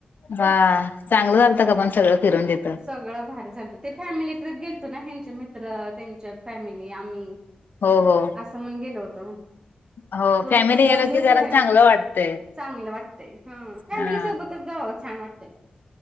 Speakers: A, on the left (about 70°); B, on the right (about 25°).
A: वा चांगलं झालत का पण सगळं फिरून तिथं.
B: सगळं भारी झालत ते फॅमिली ट्रिप गेलतो ना हेंचे मित्र त्यांच्या फॅमिली आम्ही.
A: हो हो,
B: असं म्हण गेलो होतो.
A: हो
B: दोन
A: फॅमिली
B: ते
A: गेलं
B: दोन
A: की
B: दिवस
A: जरा
B: राहिलं
A: चांगलं वाटतंय
B: चांगलं वाटतंय हं फॅमिली
A: हा
B: सोबत. जावा छान वाटतंय.